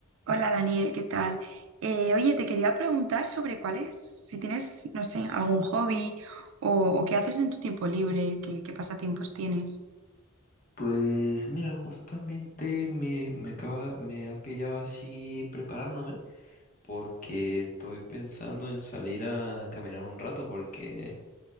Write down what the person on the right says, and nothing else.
Hola Daniel, ¿qué tal? Eh, oye, te quería preguntar sobre cuál es, si tienes, no sé, algún hobby o, o qué haces en tu tiempo libre, qué, qué pasatiempos tienes.